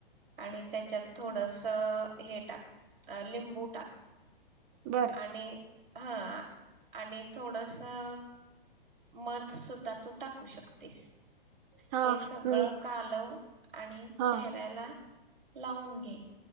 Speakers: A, on the right; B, on the right.
A: आणि त्याच्यात थोडस अ हे टाक, लिंबू टाक.
B: बर
A: आणि हा आणि थोडस अ मध सुद्धा तू टाकू शकतेस.
B: हा
A: हे सगळं
B: मी
A: कालव. आणि
B: हा
A: चेहऱ्याला लावून घे.